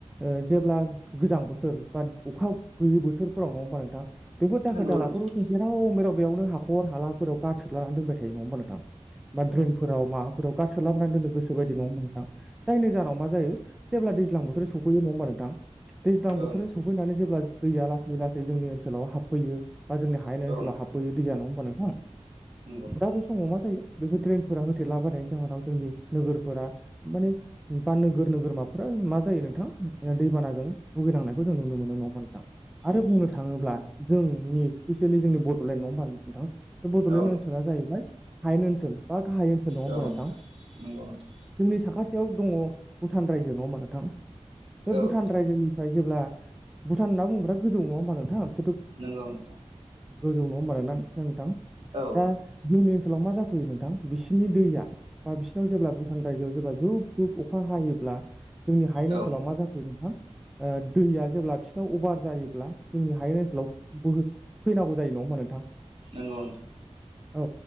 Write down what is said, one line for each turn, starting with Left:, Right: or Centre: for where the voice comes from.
Centre: ओ जेब्ला गोजां बोथोर बा अखा गैयि बोथोरफोराव नङा होमबा नोंथां। बेफोर दाखोर
Right: नंगौ
Centre: दालाफोराव
Right: नोंथां नंगौ नोंथां
Centre: जों जेराव मेराव बेयावनो हाखर हालाफोराव गार सोरलानानै दोनबाय थायो नङा होमबा नोंथां। बा ड्रेइनफोराव माबाफोराव गारसो लाबोनानै दोननो गोसो बायदि नङा होनबा नोंथा। जायनि जाहोनाव मा जायो जेब्ला दैज्लां बोथोर सौफैयो नङा होमबा नोंथां। दैज्लां
Right: औ
Centre: बोथोराव
Right: नोंथां
Centre: सफैनानै जेब्ला दैया लासै लासै जोंनि ओनसोलाव हाबफैयो। बा जोंनि हायेन ओनसोलाव
Right: औ नोंथां
Centre: हाबबोयो दैया नङा होमबा नोंथां
Right: नंगौ नोंथां
Centre: दा बे समाव मा जायो। बेफोर ड्रेनफोरा होथेलाबायनायनि जाहोनाव जोंनि नोगोरफोरा माने बा नोगोर नोगोर गोरमाफोरा मा जायो नोंथां दैबानाजों भुगिनांनाय <unintelligible> बेखौ‌ जों नुनो मोनो नंआ होनबा नोंथां
Right: नंगौ
Centre: आरो बुंनो
Right: नोंथां
Centre: थाङोब्ला जोंनि स्फिसियेली जोंनि बड'लेण्ड नङा होनबा आ नोंथां बड'लेण्ड
Right: औ
Centre: ओनसोला
Right: नोंथां
Centre: जाहैबाय हायेन ओनसोल बा गाहाय ओनसोल नङा होमबा
Right: औ
Centre: नोंथां
Right: नंगौ नोंथां
Centre: जोंनि साखाथि याव दङ भुटान रायजो नङा होनबा नोंथां बे
Right: औ
Centre: भुटान
Right: नोंथां
Centre: रायजोनिफ्राय जेब्ला भुटान होनना बुंब्रा गोजौ नङा होनबा नोंथांं'।
Right: नगौ नोंथां।
Centre: गोजौ नङा होनबा नोंथा बिसोरना‌ नोंथां
Right: औ
Centre: दा
Right: नोंथां
Centre: जोंनि ओनसोलाव मा जाखो फैयो नोंथां। बिसोरनि दैया बा बिसोरनाव जेब्ला भुटान रायजोआव जेब्ला जुब जुब अखा हायो अब्ला जोंनि हायेन
Right: औ
Centre: ओनसोलाव
Right: नोंथां
Centre: मा जाफैयो नोंथां दैया जेब्ला बिसोरनाव अभार जायोब्ला जोंनि हायेन ओनसोलाव बोहै फैनांगौ जायो नङा नङा होनबा नोंथां।
Right: नंगौ नोंथां।
Centre: औ